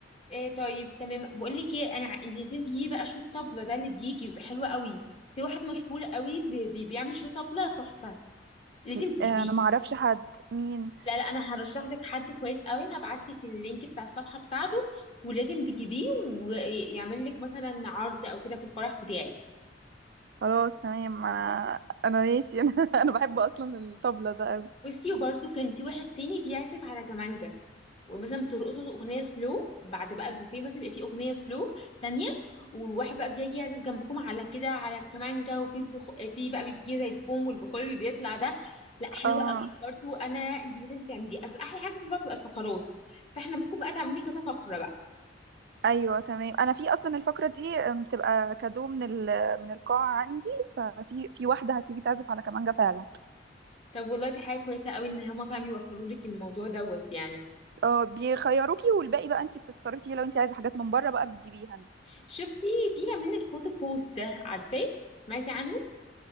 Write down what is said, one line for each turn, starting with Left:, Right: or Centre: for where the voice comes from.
Left: إيه طيب تمام بقول لك ايه انا ع- انت عايزين تجيبي بقى شو الطبله ده اللي بيجي بيبقى حلو قوي في واحد مشهور قوي بي- بي- بيعمل شو طبله تحفه لازم
Right: آه،
Left: تجيبيه
Right: انا ما اعرفش حد مين
Left: لا لا انا هرشح لك حد كويس قوي هبعت لك اللينك بتاع الصفحه بتاعته ولازم تجيبيه ويعمل لك مثلا عرض او كده في الفرح بتاعك
Right: خلاص تمام انا انا ماشي <laughs> انا انا بحب اصلا الطبلة ده قوي
Left: بصي وبرده كان في واحد تاني بيعزف على كمانجا ومثلا بترقصوا اغنيه سلو بعد بقى البوفيه مثلا يبقى فيه اغنيه سلو تانية وواحد بقى بيجي يعزف جنبكم على كده على الكمانجا وفي بخ... في بقى بيجي زي الفوم والبخور اللي بيطلع ده لا حلوه
Right: اه
Left: قوي برضو انا انت لازم تعملي اصل احلى حاجه في الفرق بتبقى الفقرات فاحنا ممكن بقى تعملي كذا فقره بقى
Right: ايوه تمام انا في اصلا الفقره دي آم، بتبقى كادو من ال... من القاعه عندي ففي في واحده هتيجي تعزف على كمانجه فعلا
Left: طب والله دي حاجه كويسه قوي ان هما فعلا بيوفروا لك الموضوع دوت يعني
Right: اه بيخيروكي والباقي بقى انت بتتصرفي فيه لو انت عايزه حاجات من بره بقى بتجيبيها انت
Left: شفتي في كمان الفوتو بوست ده عارفاه سمعتي عنه